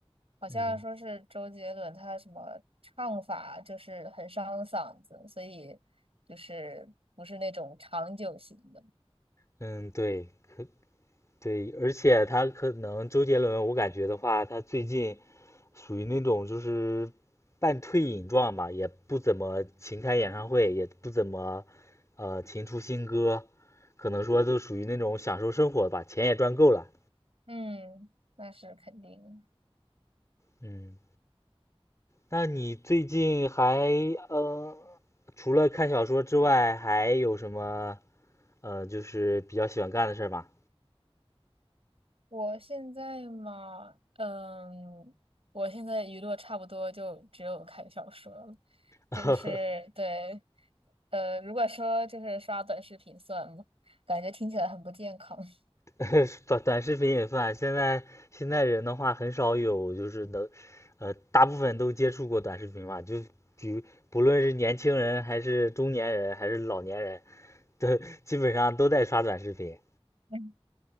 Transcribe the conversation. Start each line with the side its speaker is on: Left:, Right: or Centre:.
Right: 好像说是周杰伦他什么唱法就是很伤嗓子，
Left: 嗯
Right: 所以就是不是那种长久型的。
Left: 嗯，对，可对，而且他可能周杰伦，我感觉的话，他最近属于那种就是半退隐状吧，也不怎么勤开演唱会，也不怎么呃勤出新歌，可能说都属于那种享受生活吧，钱也赚够了。
Right: 嗯，那是肯定的。
Left: 嗯，那你最近还呃，除了看小说之外，还有什么呃，就是比较喜欢干的事儿吗？
Right: 我现在嘛，嗯，我现在娱乐差不多就只有看小说了，
Left: <laughs>
Right: 就是对，呃，如果说就是刷短视频算吗？感觉听起来很不健康。<laughs>
Left: <laughs> 短短视频也算。现在现在人的话很少有就是能，呃，大部分都接触过短视频吧。就比如不论是年轻人还是中年人还是老年人，都基本上都在刷短视频。
Right: 嗯，